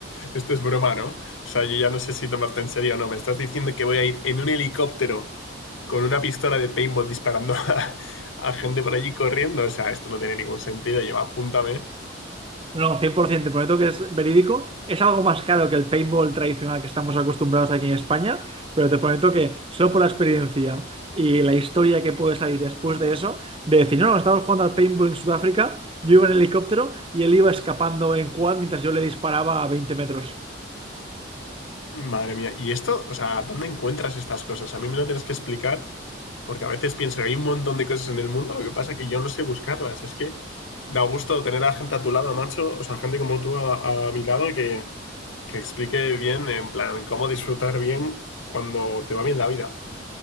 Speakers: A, on the left; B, on the right.
A: Esto es broma, ¿no? O sea, yo ya no sé si tomarte en serio o no. Me estás diciendo que voy a ir en un helicóptero con una pistola de paintball disparando <laughs> a, a gente por allí corriendo. O sea, esto no tiene ningún sentido. Yo, apúntame.
B: No, cien por ciento te prometo que es verídico. Es algo más caro que el paintball tradicional que estamos acostumbrados aquí en España, pero te prometo que solo por la experiencia y la historia que puede salir después de eso, de decir, no, no, estábamos jugando al paintball en Sudáfrica, yo iba en helicóptero y él iba escapando en quad mientras yo le disparaba a 20 metros.
A: Madre mía. ¿Y esto? O sea, ¿dónde encuentras estas cosas? A mí me lo tienes que explicar, porque a veces pienso que hay un montón de cosas en el mundo, lo que pasa es que yo no sé buscarlas. Es que da gusto tener a gente a tu lado, macho, o sea, gente como tú a, a mi lado que, que explique bien, en plan, cómo disfrutar bien cuando te va bien la vida.